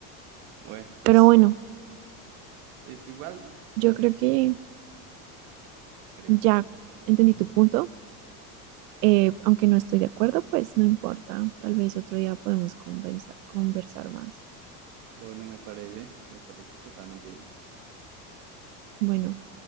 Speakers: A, on the right (about 65°); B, on the right (about 80°).
A: Bueno, pues,
B: Pero bueno,
A: pues igual,
B: yo
A: no sé,
B: creo que
A: ¿qué crees?
B: ya entendí tu punto. Eh, aunque no estoy de acuerdo, pues no importa. Tal vez otro día podemos convenza- conversar más.
A: Bueno, me parece, me parece totalmente bien.
B: Bueno,